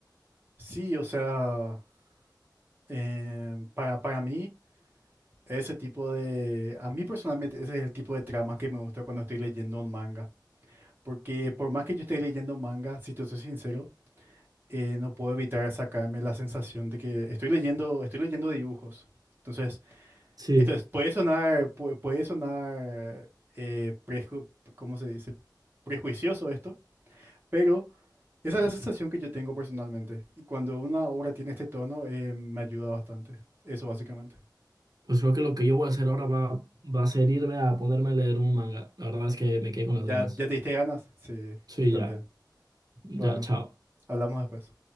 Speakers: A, on the right (about 25°); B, on the right (about 55°).
A: Sí, o sea, eh, para, para mí, ese tipo de... A mí personalmente, ese es el tipo de tramas que me gusta cuando estoy leyendo un manga. Porque por más que yo esté leyendo manga, si te soy sincero, eh, no puedo evitar sacarme la sensación de que estoy leyendo, estoy leyendo dibujos. Entonces,
B: Sí.
A: esto es- puede sonar, pu- puede sonar, eh, preju- ¿cómo se dice? Prejuicioso esto, pero esa es la sensación que yo tengo personalmente. Y cuando una obra tiene este tono, eh, me ayuda bastante. Eso básicamente.
B: Pues creo que lo que yo voy a hacer ahora va, va a ser irme a ponerme a leer un manga. La verdad es que me quedé con las
A: ¿Ya,
B: ganas.
A: ya te diste ganas? Sí,
B: Sí,
A: yo también.
B: ya, ya,
A: Bueno,
B: chao.
A: hablamos después.